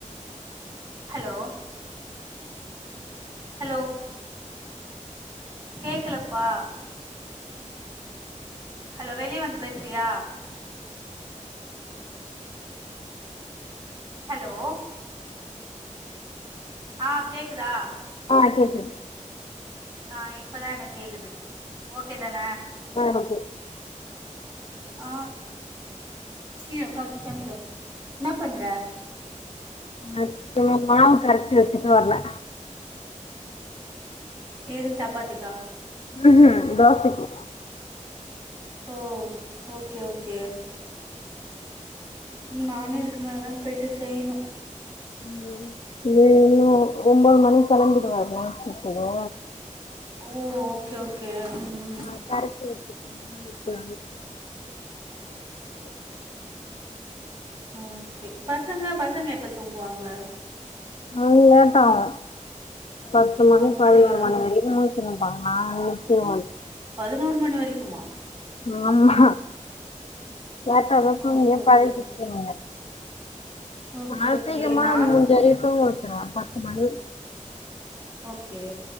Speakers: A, on the right; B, on the left.
A: ஹலோ ஹலோ கேக்கலப்பா ஹலோ வெளிய வந்து பேசுறியா ஹலோ ஆ கேக்குதா
B: ஆ கேக்குது
A: ஆ இப்பதா எனக்கு கேக்குது ஓகே தான
B: ஆ ஒகே
A: ஆ எனா பண்ற
B: நா இப்பதா மாவு கரச்சி வச்சுட்டு வர்ரே
A: ஏதுக்கு சப்பாத்திக்கா
B: உஹம் தோசைக்கு
A: ஓ ஓகே ஓகே நானு இதுக்கு மேலதா போயிட்டு செய்ணு
B: ம் இன்னு ஒன்ம்பது மணி கலங்பிடுவாரா நைட்டு ஸ்ப்ட்டுக்கு
A: ஓ ஓகே ஓகே ம் ம்
B: ஆ கரைச்சி வச்சிடோம்னா இப்ப <unintelligible>
A: ஓகே பசங்க பசங்க எப்போ தூங்குவாங்க
B: அது லேட்டாவு பத்து மணி
A: அப்படியா
B: பதினொரு மணி வரைக்கு முழிச் சிருப்பாங்க நா <unintelligible>
A: பதினோரு மணி வரைக்குமா
B: ஆமா லேட்டாவே தூங்கியே
A: ஓ
B: பழகிச்சிங்க
A: ஓகே,
B: நா
A: ஓகே.
B: சீக்கிரமா
A: நான்
B: ஆ முடிஞ்ச வரைக்கு தூங்க வச்சிருவே பத்து மணி
A: ஓகே